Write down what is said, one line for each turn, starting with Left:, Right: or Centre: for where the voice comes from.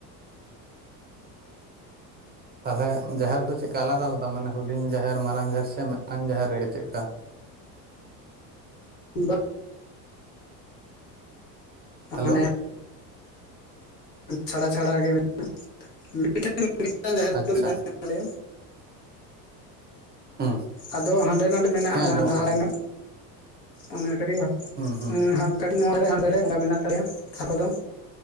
Right: ᱛᱟᱦᱚᱞᱮ ᱡᱟᱦᱮᱨ ᱫᱚ ᱪᱮᱫᱞᱮᱠᱟ ᱟᱞᱟᱫᱟ-ᱟᱞᱟᱫᱟ ᱢᱟᱱᱮ ᱦᱩᱰᱤᱧ ᱡᱟᱦᱮᱨ, ᱢᱟᱨᱟᱝ ᱡᱟᱦᱮᱨ ᱥᱮ ᱢᱤᱫᱴᱟᱝ ᱡᱟᱦᱮᱨ ᱨᱮᱜᱮ ᱪᱮᱫᱞᱮᱠᱟ?
Left: ᱫᱚ
Right: ᱦᱮᱞᱳ
Left: ᱚᱱᱮ ᱪᱷᱟᱲᱟ-ᱪᱷᱟᱲᱟ ᱜᱮ ᱢᱮᱱᱟᱜᱼᱟ᱾ ᱢᱤᱫᱴᱷᱮᱱ-ᱢᱤᱫᱴᱟᱱ ᱡᱟᱦᱮᱨ
Right: ᱟᱪᱪᱷᱟ
Left: ᱨᱮ ᱛᱟᱦᱮᱱ ᱛᱮᱞᱮᱭᱟ᱾
Right: ᱦᱩᱸ
Left: ᱟᱫᱚ ᱦᱟᱸᱰᱮ- ᱱᱟᱰᱮ ᱢᱮᱱᱟᱜᱼᱟ
Right: ᱦᱮᱸ
Left: ᱚᱱᱟ
Right: ᱟᱸᱡᱚᱢᱚᱜ
Left: ᱰᱟᱦᱟᱨ
Right: ᱠᱟᱱᱟ
Left: ᱨᱮᱱᱟᱜ ᱚᱱᱟᱜᱮ ᱠᱟᱹᱴᱤᱡ-ᱠᱟᱹᱴᱤᱡ
Right: ᱦᱩᱸ ᱦᱩᱸ
Left: ᱱᱚᱣᱟ ᱨᱮ ᱦᱟᱸᱫᱟᱮ ᱜᱟ ᱢᱮᱱᱟᱜ ᱛᱤᱧ ᱛᱟᱞᱮᱭᱟ ᱛᱷᱟᱠᱚ ᱫᱚ